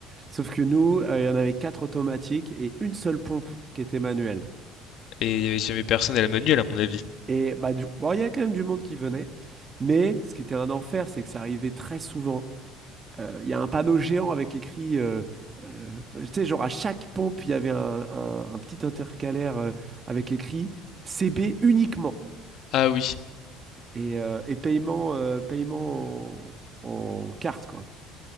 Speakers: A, on the right (about 30°); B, on the left (about 60°).
A: Sauf que nous, euh, il y en avait quatre automatiques et une seule pompe qui était manuelle.
B: et il y avait jamais personne à la manuelle à mon avis.
A: Et bah, du bon, il y a quand même du monde qui venait. Mais ce qui était un enfer, c'est que ça arrivait très souvent. Euh, Il y a un panneau géant avec écrit. euh, euh, tu sais, genre à chaque pompe, il y avait un, un- un petit intercalaire euh, avec écrit CB uniquement.
B: Ah oui,
A: Et, euh, et paiement, euh, paiement en, en carte, quoi.